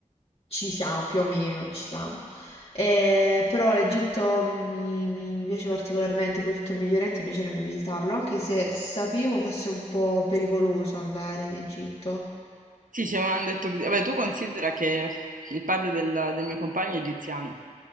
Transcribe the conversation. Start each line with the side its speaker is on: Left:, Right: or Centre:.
Left: Ci siamo, più o meno, ci siamo. Eh, però l'Egitto mi, mi- mi piace particolarmente, poi tutto il Medio Oriente mi piacerebbe visitarlo, anche se sapevo fosse un po' pericoloso andare in Egitto.
Right: Sì, ci avevano detto così. Vabbè, tu considera che il padre del, del mio compagno è egiziano,